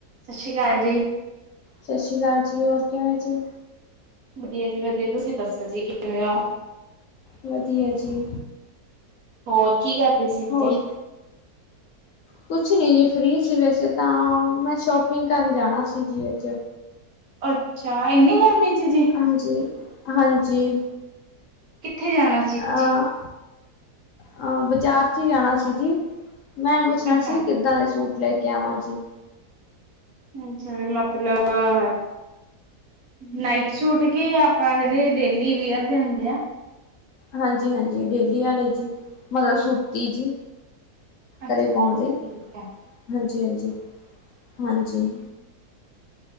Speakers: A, on the right; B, on the left.
A: ਸਸ ਸ੍ਰੀ ਕਾਲ ਜੀ।
B: ਸਸ੍ਰੀ ਕਾਲ ਜੀ, ਹੋਰ ਕਿਵੇ ਜੀ?
A: ਵਦੀਆ ਜੀ ਵਦੀਆ ਤੁਸੀ ਦਸੋ ਜੀ ਕੀਵੇ ਓ?
B: ਵਦੀਆ ਜੀ।
A: ਹੋਰ ਕੀ ਕਰਦੇ ਸੀ
B: ਹੋਰ
A: ਜੀ।
B: ਕੁਛ ਨੀ ਜੀ ਫ੍ਰੀ ਸੀ ਵੈਸੇ ਤਾਂ, ਮੈਂ ਸ਼ੋਪਿੰਗ ਕਰਨ ਜਾਣਾ ਸੀ ਜੀ ਅੱਜ
A: ਅੱਛਾ, ਇੱਨੀ ਗਰਮੀ ਚ ਜੀ।
B: ਹਾਂਜੀ, ਹਾਂਜੀ
A: ਕਿੱਥੇ ਜਾਣਾ ਸੀ
B: ਅ।
A: ਜੀ?
B: ਹਾਂ ਬਾਜ਼ਾਰ 'ਚ ਹੀ ਜਾਣਾ ਸੀ ਜੀ ਮੈ ਪੁੱਛਣਾ
A: ਅੱਛਾ,
B: ਸੀ ਕਿਦਾ ਦੇ ਸੂਟ ਲੈ ਕੇ ਆਵਾ ਜੀ।
A: ਅਛਾ ਵੀ ਮਤਲਬ ਹੈ। ਨਾਈਟ ਸੂਟ ਕੇ ਆਪਾਂ ਜਿਹੜੇ ਡੇਲੀ ਵੀਅਰ ਦੇ ਹੁਦੇ ਆ
B: ਹਾਂਜੀ- ਹਾਂਜੀ ਡੇਲੀ ਵਾਲੇ ਜੀ ਮਤਲਬ ਸੂਤੀ ਜੀ।
A: ਅੱਛਾ
B: ਘਰੇ
A: ਜੀ
B: ਪਾਉਣ
A: ਅੱਛਾ
B: ਲਈ
A: ਠੀਕ ਹੈ।
B: ਹਾਂਜੀ- ਹਾਂਜੀ- ਹਾਂਜੀ-